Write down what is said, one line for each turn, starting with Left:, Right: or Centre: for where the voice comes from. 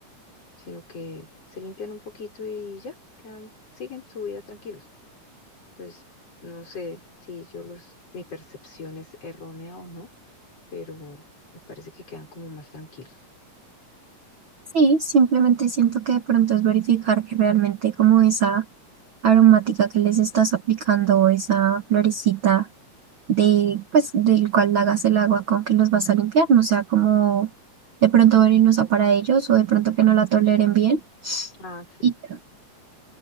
Left: sino que se limpian un poquito y ya, quedan, siguen su vida tranquilos. Entonces, no sé si yo los, mi percepción es errónea o no, pero me parece que quedan como más tranquilos.
Right: Sí, simplemente siento que de pronto es verificar que realmente como esa aromática que les estás aplicando o esa florecita de, pues, del cual hagas el agua con que los vas a limpiar, no sea como de pronto venenosa para ellos o de pronto que no la toleren bien.
Left: Ah, sí,
Right: Y